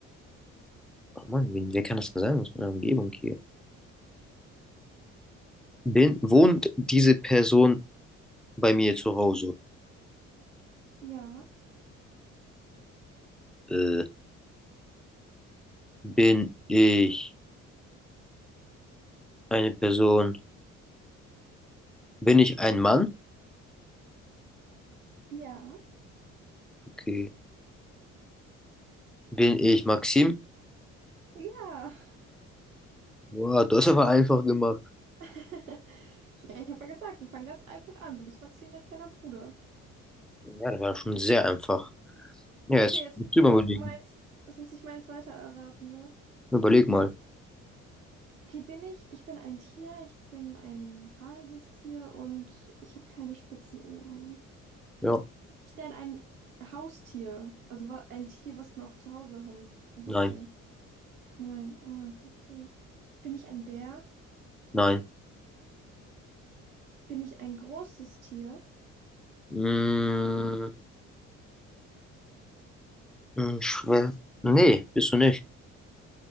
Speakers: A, in the centre; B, on the right.
A: Oh Mann, wen, wer kann das denn sein aus meiner Umgebung hier? Bin, wohnt diese Person bei mir zu Hause?
B: Ja,
A: Äh, bin ich eine Person? Bin ich ein Mann?
B: ja,
A: Okay. Bin ich Maxim?
B: ja.
A: Wow, das hast aber einfach gemacht.
B: <laughs> Ja, ich habe ja gesagt, wir fangen ganz einfach an. Du bist Maxim, dein kleiner Bruder.
A: Ja, das war schon sehr einfach. Ja,
B: Okay,
A: jetzt
B: jetzt
A: musst
B: muss ich
A: du mal
B: noch
A: überlegen.
B: meins, jetzt muss ich meins weiter erraten, ne?
A: Überleg mal.
B: Okay, bin ich? Ich bin ein Tier, ich bin ein haariges Tier und ich habe keine spitzen Ohren.
A: Ja.
B: Ich bin ein Haustier, also wa- ein Tier, was man auch zu Hause hält. Ein
A: Nein,
B: Haustier. Nein, oh, okay. Bin ich ein Bär?
A: nein.
B: Bin ich ein großes Tier?
A: Mm, mm, schwer. Nee, bist du nicht.